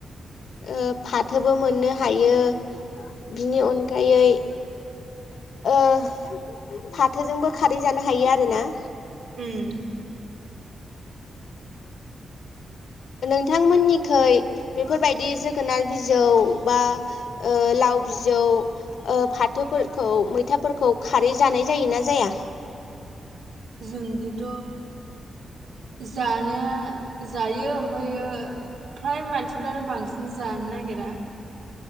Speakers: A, on the left; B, on the right.
A: ओ फाथोबो मोननो हायो बिनि अनगायै ओ फाथोजोंबो खारै जानो हायो आरोना
B: उम
A: नोंथां मोननिखै बेफोरबायदि जोगोनार बिजौ बा ओ लाव बिजौ ओ फाथोफोरखौ मैथाफोरखौ खारै जानाय जायोना जाया
B: जोंहैथ' जा नाया जायो ओमफ्रायो फ्राय मानसिफ्रानो बांसिन जानो नागिरा